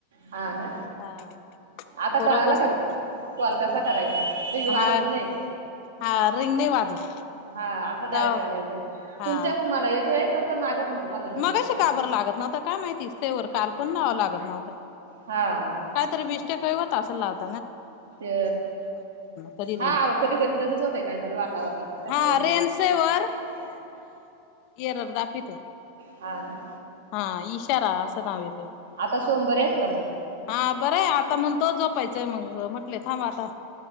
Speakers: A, on the right (about 60°); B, on the left (about 45°).
A: हा ना?
B: हा
A: आता
B: पोर
A: का आला
B: बसलेत
A: का? कॉल कसा करायचा रिंग वाजत
B: हा
A: नाही.
B: हा रिंग नाही वाजत
A: हा असा डायरेक्ट
B: जाव
A: कॉल येतोय
B: हा
A: तुमच्याकून मला येतोय. माझ्या पण तुम्हाला नाही
B: मगाशी
A: येत असं.
B: का लागत ना काय माहिती? सेवर काल पण नावं लागत नव्हतता.
A: हा.
B: काय तरी ब मिस्टेक होत असलत.
A: ते
B: कधी
A: हा
B: रेंज
A: कधी कधी तसच होतं काहीतरी वातावरणात.
B: हा रेनसेवर
A: <inaudible>
B: एरर दाखवते.
A: हा ना?
B: हा इशारा असं नाव येतेय.
A: आता सोहम बरे आहेत का मग?
B: हा बरंय आता मण तो जोपायचाय मग म्हटलेय थांब आता.